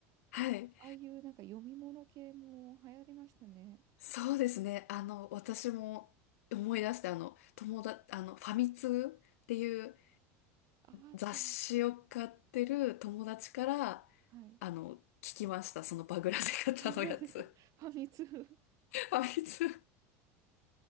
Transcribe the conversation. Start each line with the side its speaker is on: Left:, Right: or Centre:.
Left: はい。
Right: あいうなんか読み物系も流行りましたね。
Left: そうですね。あの、私も思い出して、あの、友達、あの、ファミ通っていう、
Right: ああった。
Left: 雑誌を買ってる友達から、
Right: はい。
Left: あの、聞きました。そのバグらせ方のやつ。
Right: パグらせ方、ファミ通。
Left: <laughs> あいつ、